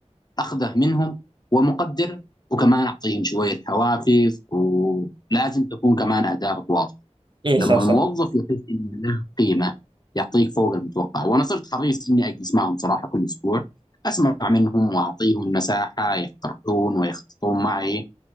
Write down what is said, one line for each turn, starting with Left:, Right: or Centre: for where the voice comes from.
Left: اخذه منهم ومقدر وكمان اعطيهم شويه حوافز ولازم تكون كمان اهدافك واضحه
Right: إيه
Left: لما
Right: صح صح
Left: الموظف يحس ان له قيمه يعطيك فوق المتوقع وانا صرت حريص اني اجلس معهم صراحه كل اسبوع اسمع منهم واعطيهم مساحه يقترحون ويخططون معي